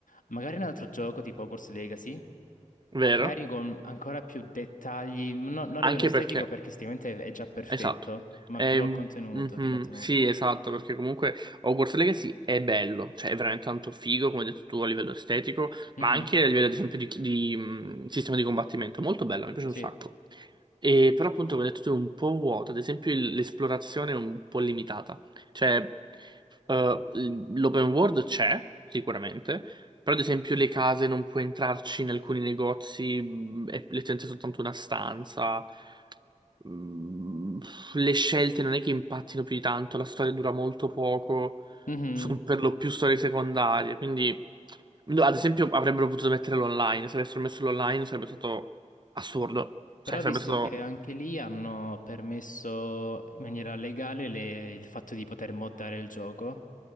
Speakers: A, on the left; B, on the right.
A: magari un altro gioco tipo Hogwarts Legacy,
B: Vero?
A: magari con ancora più dettagli, no- non a
B: Anche
A: livello estetico
B: perché...
A: perché sicuramente è già perfetto,
B: Esatto.
A: ma
B: Ehm,
A: più a contenuto,
B: mhm,
A: di contenuto.
B: sì, esatto, perché comunque Hogwarts Legacy è bello, cioè è veramente tanto figo, come hai detto tu, a livello estetico,
A: Mhm,
B: ma anche a livello, ad esempio, di, di, mh, sistema di combattimento. Molto bello, mi piace
A: sì.
B: un sacco. E, però, appunto, come hai detto tu, è un po' vuoto, ad esempio, il- l'esplorazione è un po' limitata. Cioè, eh, l- l'open world c'è, sicuramente, però, ad esempio, le case non puoi entrarci in alcuni negozi, mh, è letteralmente soltanto una stanza. Mm, le scelte non è che impattino più di tanto, la storia dura molto poco,
A: Mhm.
B: sono per lo più storie secondarie, quindi no, ad esempio avrebbero potuto metterlo online, se avessero messo l'online sarebbe stato assurdo, cioè
A: Però ho
B: sarebbe
A: visto
B: stato
A: che anche lì hanno permesso in maniera legale le- il fatto di poter moddare il gioco